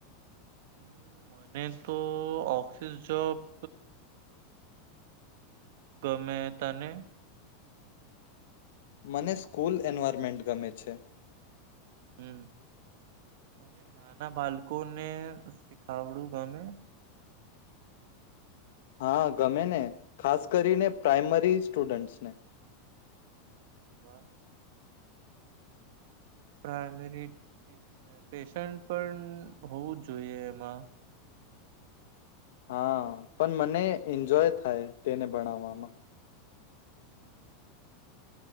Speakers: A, on the right; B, on the left.
A: હમ, મને તો ઓફિસ જોબ ગમે. તને?
B: મને સ્કૂલ એન્વાયરમેન્ટ ગમે છે.
A: હમ્મ, તને નાના બાળકોને શીખાવડું ગમે?
B: હા ગમે ને, ખાસ કરીને પ્રાઈમરી સ્ટુડન્ટસને.
A: વાહ. પ્રાઈમરી <unintelligible> પૅશન પણ હોવું જ જોઈએ એમાં.
B: હા પણ મને એન્જોય થાય તેને ભણાવવામાં.
A: <inaudible>